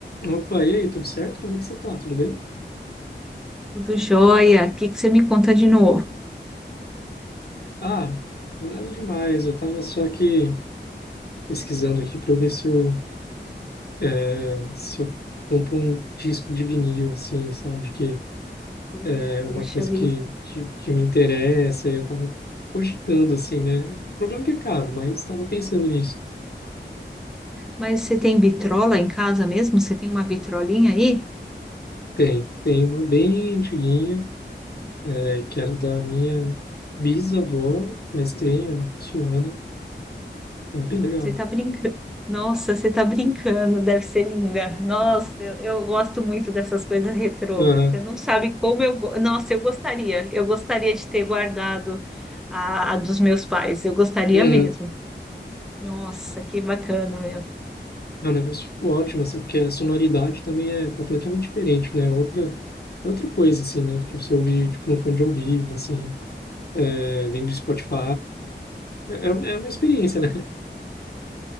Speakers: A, on the left; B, in the centre.
A: Opa, e aí, tudo certo? Como é que você tá? Tudo bem?
B: Tudo jóia. O que que você me conta de novo?
A: Ah, nada demais. Eu tava só aqui pesquisando aqui para eu ver se eu, é, se eu compro um disco de vinil, assim, sabe? Que
B: Pu-
A: é uma
B: Puxa
A: coisa
B: vida.
A: que, que, que me interessa. E eu tava cogitando, assim, né? O problema é que é caro, mas tava pensando nisso.
B: Mas você tem vitrola em casa mesmo? Você tem uma vitrolinha aí?
A: Tem, tem uma bem antiguinha, é, que era da minha bisavó, mas tem, ela funciona. e É bem legal.
B: Você tá brincando. Nossa, você tá brincando. Deve ser linda. Nossa, eu, eu gosto muito dessas coisas retrô.
A: Aham.
B: Você não sabe como eu. go- Nossa, eu gostaria. Eu gostaria de ter guardado a, a dos meus pais. Eu gostaria
A: Uhum.
B: mesmo. Nossa, que bacana, meu.
A: É um negócio tipo, ótimo, assim, porque a sonoridade também é completamente diferente, né? É Outra, é outra coisa, assim, né? Do que você ouvir, tipo, um fone de ouvido, assim, é, vem do Spotify, é, é, é uma experiência, né? <laughs>